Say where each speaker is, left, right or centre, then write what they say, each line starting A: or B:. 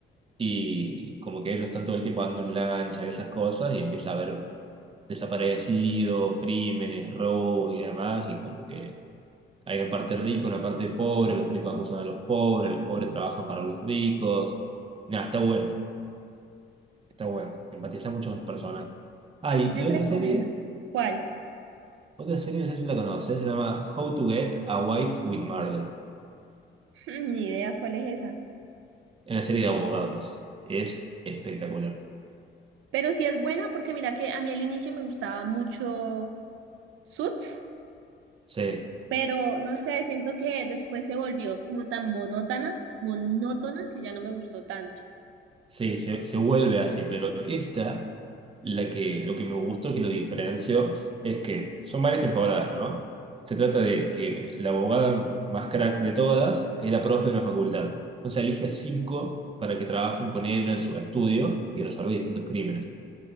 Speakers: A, on the right (about 30°); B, on the right (about 85°).
A: y como que ellos están todo el tiempo andando en lancha y esas cosas, y empieza a haber desaparecidos, crímenes, robos y demás, y como que hay una parte rica, una parte pobre, los ricos acusan a los pobres, los pobres trabajan para los ricos. Nada, está buena, está buena. Empatiza mucho con los personajes. Ah,
B: A
A: y,
B: mí me han
A: y otra
B: recomendado.
A: serie,
B: ¿Cuál?
A: otra serie, no sé si la conoces, se llama How to Get Away with Murder.
B: <laughs> Ni idea cuál es esa.
A: Es una serie de abogados. Es espectacular.
B: Pero sí es buena porque mira que a mí al inicio me gustaba mucho Suits.
A: Sí,
B: Pero no sé, siento que después se volvió como tan monótona, monótona, que ya no me gustó tanto.
A: sí, se, se vuelve así, pero esta, la que, lo que me gustó, que lo diferenció, es que son varias temporadas, ¿no? Se trata de que la abogada más crack de todas es la profe de una facultad. Entonces elige a cinco para que trabajen con ella en su estudio y resolver distintos crímenes.